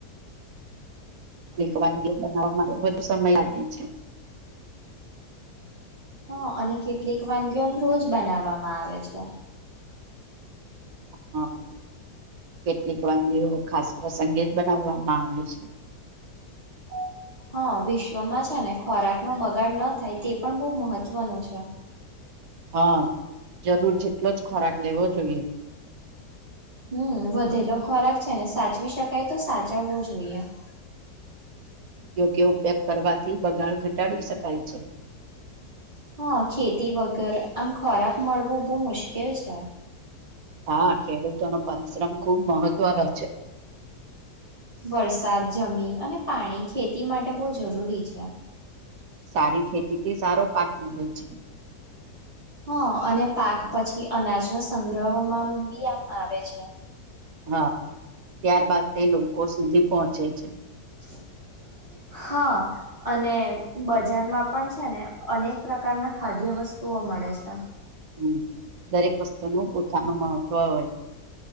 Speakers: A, on the right; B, on the right.
A: ક વાનગીઓ બનાવવા માટે વધુ સમય લાગે છે
B: હા અને કેટલીક વાનગીઓ આમ રોજ બનાવામાં આવે છે
A: હ કેટલીક વાગીઓ ખાસ પ્રસંગી જ બનાવવામાં આવે છે
B: <unintelligible> હા વિશ્વમાં છે ને ખોરાક નો બગાડ ન થાય તે પણ બહુ મહત્વનું છે
A: હા જરૂર જેટલો જ ખોરાક લેવો જોઈએ
B: હમ વધેલો ખોરાક છે ને સાચવી શકાય તો સાચવવો જોઈએ <inaudible>
A: યોગ્ય ઉપયોગ કરવાથી બગાડ ઘટાડી શકાય છે
B: હા ખેતી વગર આમ ખોરાક મળવો બહુ મુશ્કેલ છે
A: હા ખેડૂતોનોો પરિશ્રમ ખુબ મહત્વનો છે
B: વરસાદ જમીન અને પાણી ખેતી માટે બહુ જરૂરી છે
A: સારી ખેતીથી સારો પાક મળે છે
B: હા અને પાક પછી અનાજનો સંગ્રહમાં બી આમ આવે છે
A: હા ત્યાર બાાદ તે લોકો સુધી પહોંચે છે
B: <unintelligible> હા અને બજારમાં પણ છે ને અનેક પ્રકારના ખાદ્ય વસ્તુ મળે છે
A: હમ દરેક વસ્તુ નું પોતાનું મહત્વ હોય